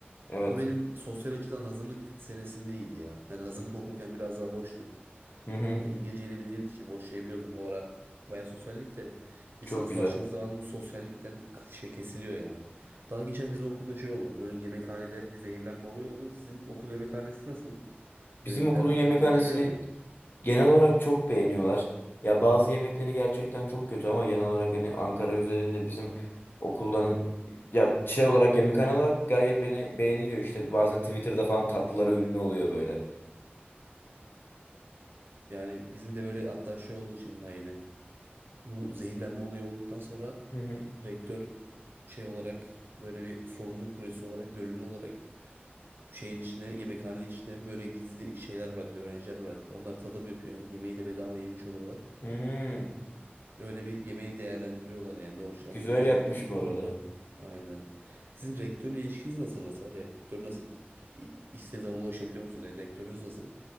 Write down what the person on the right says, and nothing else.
O benim sosyal açıdan hazırlık senesindeydi ya. Yani hazırlık okurken biraz daha boştuk.
Ya İngilizceyi de bildiğimiz için boş şey biliyordum. O ara bayağı sosyallik de
lisans
başladığı zaman bu sosyallikten k- şey kesiliyor ya. Daha geçen bizim okulda şey oldu. Böyle yemekhanede bir zehirlenme olayı oldu. Sizin okul yemekhanesi nasıl?
Yemekler
düzgün çıkıyor mu?
Yani bizim de böyle hatta şey oldu şimdi daha yeni. Bu zehirlenme olayı olduktan sonra
rektör şey olarak böyle bir sorumluluk projesi olarak gönüllü olarak şeyin içine yemekhanenin içine böyle gizli şeyler bıraktı öğrenciler bıraktı. Onlar tadım yapıyor hem yemeği de bedava yemiş oluyorlar.
Öyle bir yemeği değerlendiriyorlar yani Ne hoşlandı
güzel
bir kurul kuruldu.
Aynen. Sizin rektörle ilişkiniz nasıl mesela? Rektör nasıl? İ- İstediğiniz zaman ulaşabiliyor musunuz? Yani rektörünüz nasıl?